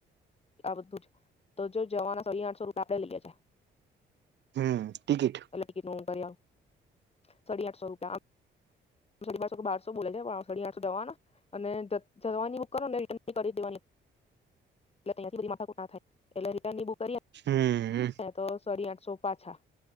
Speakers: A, on the left; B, on the right.
A: આ બધું જ તો જો જવાના સ આઠસો રૂપ આપણે લઈએ છે.
B: હમ ટિકિટ
A: અ લડકીનું <unintelligible> સાડી આઠસો રૂપિયા બસો બોવાના અને જવાની બ કરો દેવાની ત ના થાય એટલે રિટન ની બુક કરી
B: હમ
A: તો સડી આઠ સોપા છા.